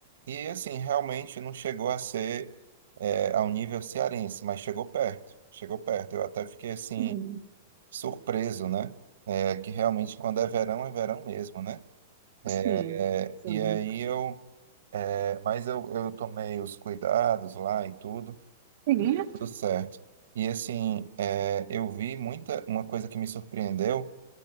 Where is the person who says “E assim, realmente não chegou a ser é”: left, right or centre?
Right